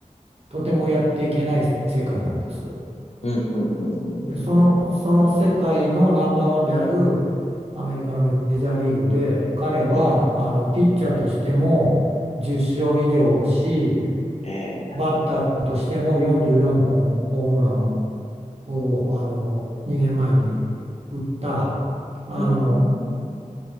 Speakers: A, on the right (about 50°); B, on the left (about 55°).
A: とてもやっていけない世界なんです。
B: うんうんうんうんうん
A: で、その、その世界のナンバーワンであるアメリカのメジャーリーグで、彼はあのピッチャーとしても10勝以上をし、
B: うん。ええ、
A: バッターとしても44本ホームランを、をあの2年前に打った、あの
B: うん、うん、